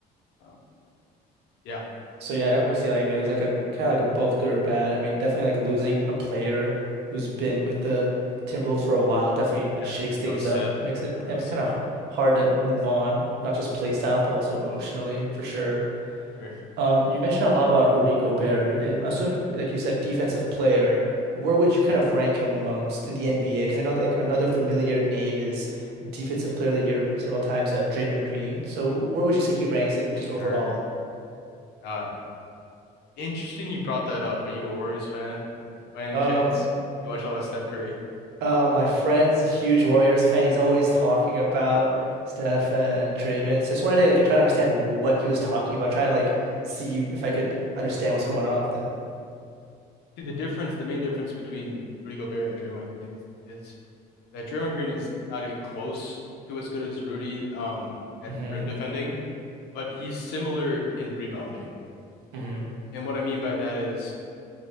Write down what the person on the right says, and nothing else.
So yeah, I definitely see like I mean there's like a kind of like a both good or bad. I mean, definitely like losing a player who's been with the Timberwolves for a while definitely
shakes things
up, makes it
yeah,
makes
it kind of hard to move on, not just play style, but also emotionally for sure.
Um, you mentioned a lot about Rudy Gobert. I'm assuming, like you said, defensive player. Where would you kind of rank him amongst in the NBA? Because I know like another familiar name is Defensive Player of the Year several times, uh, Draymond Green. So where would you say he ranks in just overall?
Um.
Uh, my friend's a huge Warriors fan. He's always talking about Steph and Draymond. So I just wanted to like try to understand what he was talking about, try and like see if I could understand what's going on with it.
Mm-hmm.
Mm-hmm.